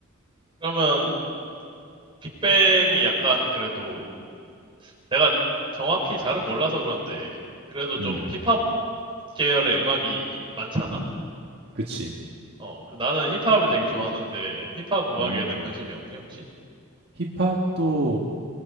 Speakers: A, on the right; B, on the right.
A: 그러면 빅뱅이 약간 그래도 내가 정확히 잘은 몰라서 그런데 그래도 좀
B: 음,
A: 힙합 계열의 음악이 이- 많잖아?
B: 그치.
A: 어, 그래서 나는 힙합을 되게 좋아하는데 힙합 음악에는
B: 음,
A: 관심이 없니 혹시?
B: 힙합도